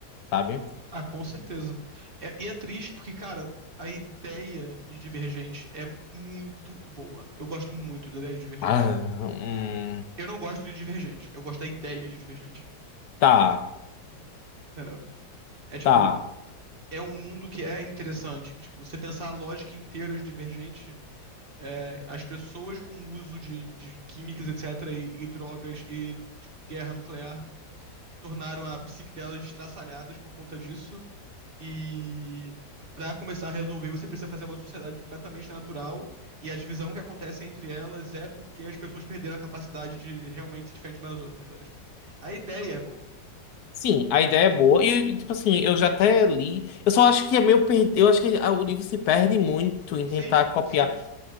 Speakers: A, on the left; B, on the right.
A: sabe?
B: Ah, com certeza. É- e é triste porque, cara, a ideia de Divergente é muito boa. Eu gosto muito da ideia de Divergente.
A: Ah, hum,
B: Eu não gosto de Divergente, eu gosto da ideia de Divergente.
A: tá,
B: Entendeu? É tipo,
A: tá.
B: é um mundo que é interessante, que tipo, você pensar a lógica inteira de Divergente, é, as pessoas com o uso de, de químicas, etc, e, e drogas e tipo, guerra nuclear tornaram a psique delas estraçalhadas por conta disso e para começar a resolver, você precisa fazer uma sociedade completamente natural e a divisão que acontece entre elas é porque as pessoas perderam a capacidade de realmente se diferenciar umas das outras, sabe? Tipo, a ideia é boa.
A: Sim, a ideia é boa. E, tipo assim, eu já até li. Eu só acho que é meio per... Eu acho que ah, o livro se perde muito em
B: Sim,
A: tentar copiar.
B: sim,